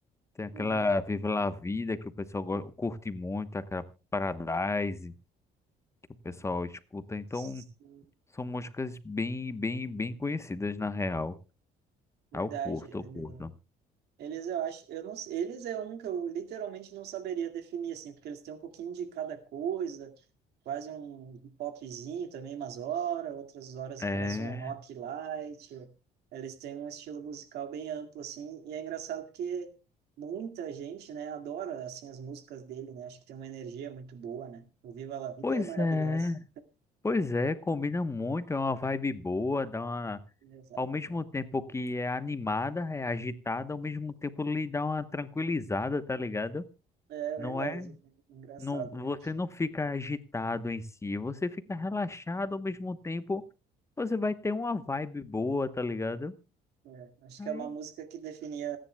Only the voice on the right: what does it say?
Hum,
sim,
verdade,
ele
Eles, eu acho, eu não, sei- eles é um que eu literalmente não saberia definir, assim, porque eles têm um pouquinho de cada coisa, quase um popzinho também, umas horas, outras horas
parece um rock light. Eles têm um estilo musical bem amplo, assim, e é engraçado porque muita gente, né, adora, assim, as músicas dele, né, acho que tem uma energia muito boa, né. O Viva La Vida
é maravilhoso.
Exato.
É verdade,
é engraçado,
né.
É, acho
que é uma música que definia,